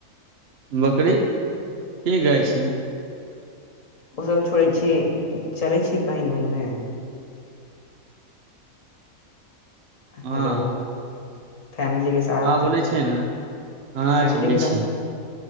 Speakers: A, on the right; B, on the left.
A: बकरी ठीक अइछ की
B: ओसभ छोड़ै छी चलै छी कही घूमे
A: हँ
B: हेलो फैमिली के साथ
A: हँ बोलै छियै ने हँ
B: फैमिली
A: चलै
B: के साथ
A: छी